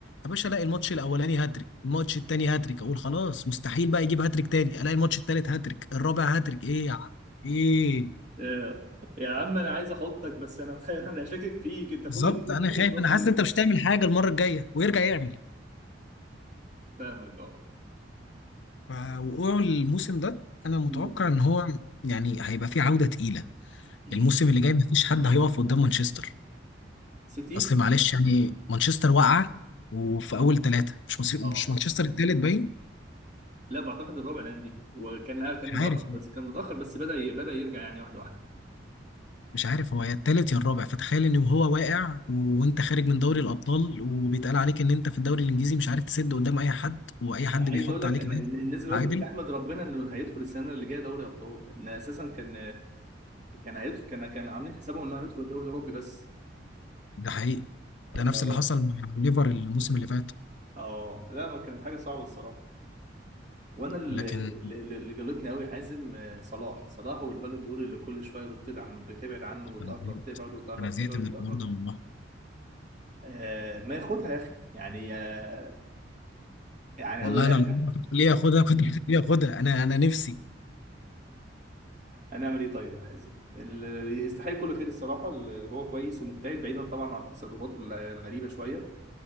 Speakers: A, on the left (about 70°); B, on the right (about 40°).
A: يا باشا الاقي الماتش الاولاني هاتريك الماتش التاني هاتريك اقول خلاص مستحيل بقى يجيب هاتريك تاني الاقي الماتش التالت هاتريك الرابع هاتريك ايه يا عم ايه
B: آه، يا عم انا عايز احطك بس انا <laughs> انا شاكك فيك انت كل
A: بالظبط
B: مره
A: انا
B: بتغلط
A: خايف
B: ظن
A: انا حاسس
B: ليه
A: ان انت مش هتعمل حاجه المره الجايه ويرجع يعمل
B: فاهمك اه
A: ف- وقوع الموسم ده انا متوقع
B: أمم.
A: ان هو يعني هيبقى فيه عوده تقيله
B: أمم.
A: الموسم اللي جاي مفيش حد هيقف قدام مانشستر
B: سيتي
A: اصل معلش يعني مانشستر واقعه وفي اول ثلاثه مش مصير
B: اه
A: مش مانشستر التالت باين
B: لا بعتقد الربع الايام دي وكان كان
A: مش
B: متاخر
A: عارف
B: بس كان متاخر بس بدا بدا يرجع يعني واحده واحده
A: مش عارف هو يا التالت يا الرابع فتخيل ان هو واقع و- وانت خارج من دوري الابطال وبيتقال عليك ان انت في الدوري الانجليزي مش عارف تسد قدام اي حد واي حد
B: عايز
A: بيحط
B: اقول لك
A: عليك
B: ان
A: عادي
B: إن الناس دلوقتي
A: تعادل
B: بتحمد ربنا انه هيدخل السنه اللي جايه دوري ابطال ان اساسا كان كان هيدخل كان كان عاملين حسابهم انه هيدخل الدوري الاوروبي بس
A: ده حقيقي
B: ف...
A: ده نفس اللي حصل مع ليفر الموسم اللي فات
B: اه لا ما كانت حاجه صعبه الصراحه وانا اللي
A: لكن
B: اللي اللي جلطني قوي حازم آه، صلاح صلاح والبالون دور اللي كل شويه بتطير عنه بتبعد عنه وتقرب
A: انا زهقت
B: تبعد وتقرب
A: انا زهقت
B: تبعد
A: من
B: وتقرب
A: الحوار ده والله
B: آه ما ياخدها يا اخي يعني آه، يعني
A: والله
B: هذا <laughs>
A: انا لو ليه اخدها كنت <laughs> ليه اخدها انا انا نفسي
B: هنعمل ايه طيب يا حازم اللي يستحق كل خير الصراحه اللي هو كويس ومجتهد بعيدا طبعا عن التصرفات الغريبه شويه